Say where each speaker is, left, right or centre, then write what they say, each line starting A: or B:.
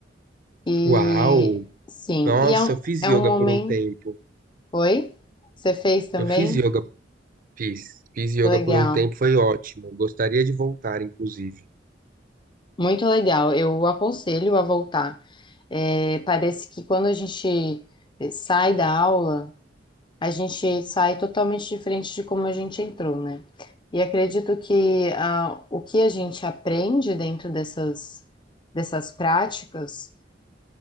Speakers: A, on the left; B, on the right.
A: e
B: Uau!
A: sim,
B: Nossa,
A: e é um,
B: eu fiz
A: é
B: yoga
A: um momento.
B: por um tempo.
A: Oi? Você fez também?
B: Eu fiz yoga, fiz. Fiz yoga
A: Que legal.
B: por um tempo, foi ótimo. Gostaria de voltar, inclusive.
A: Muito legal. Eu aconselho a voltar. É, parece que quando a gente sai da aula, a gente sai totalmente diferente de como a gente entrou, né? E acredito que ah, o que a gente aprende dentro dessas, dessas práticas,